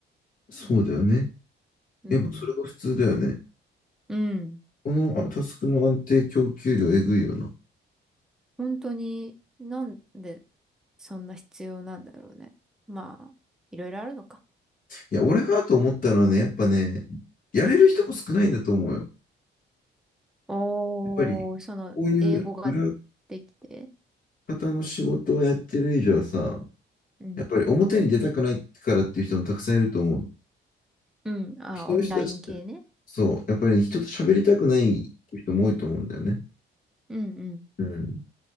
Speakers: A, on the left (about 45°); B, in the centre.
A: そうだよね。
B: うん。
A: やっぱそれが普通だよね。
B: うん。
A: このあタスクの安定供給量えぐいよな。
B: 本当に、なんでそんな必要なんだろうね。まあ、いろいろあるのか。
A: いや、俺がと思ったのはね、やっぱね、やれる人も少ないんだと思うよ。
B: おー、
A: やっぱり、
B: その、
A: こういう裏
B: 英語ができて。
A: 方の仕事をやってる以上はさ、
B: うん。
A: やっぱり表に出たくないからっていう人もたくさんいると思う。
B: うん。あ、
A: 人の人たちって、
B: オンライン系ね。
A: そう、やっぱり人と喋りたくないっていう人も多いと思うんだよね。
B: うんうん。
A: うん。